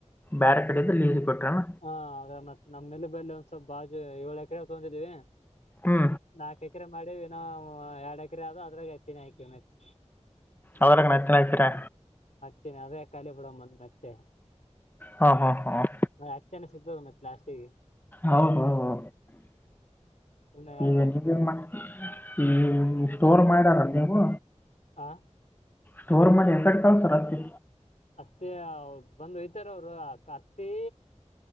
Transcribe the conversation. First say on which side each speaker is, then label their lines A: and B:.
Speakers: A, on the left; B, on the left.
A: ಬೇರೆ ಕಡೆದು ಲೀಸ್ ಕೊಟ್ರನ
B: ಹಾ ಅದ ಮತ್ತ್ ನಮ್ಮೇಲೆ ಬೆಲೆ ಒಂದ್ ಸ್ವಲ್ಪ ಬಾಜು ಏಳ ಎಕರೆ ತಗೊಂಡಿದ್ವಿ
A: ಹ್ಞೂ
B: ನಾಕ ಎಕರೆ ಮಾಡಿವಿ ಇನ ಹ ಎರಡ್ ಎಕರೆ ಆದ‌ ಅದ್ರಾಗ ಎತ್ತಿನಿ ಹಾಕಿವಿ ಮತ್ತೆ
A: ಅದರಾಗನ ಹತ್ತಿನೇ ಹಾಕಿರಾ
B: ಹೇ ಅದೇ ಖಾಲಿ ಬಿಡಂದ್ ಮತ್ತೆ
A: ಹಾಂ ಹಾಂ ಹಾಂ
B: ಅತ್ತೆನ ಸಿಗ್ತದ ಮತ್ತೆ ಲಾಸ್ಟಿಗಿ
A: ಹೌದೌದೌ
B: ಸುಮ್ನೆ ಯಾಕ್
A: ಈಗ
B: ವೇಸ್ಟ್
A: ನೀವೆನ
B: ಮಾಡೋದಂತ
A: ಮಾಡ ಈ ಸ್ಟೋರ್ ಮಾಡ್ಯಾರ ನೀವು
B: ಹಾ
A: ಸ್ಟೋರ್ ಮಾಡಿ ಎಕಡ ತಳತ್ತಾರ ಅತ್ತಿ
B: ಅತ್ತಿ ಬಂದು ಹೋಯ್ತಾರ ಅವರು ಅಕ್ಕ ಅತ್ತಿ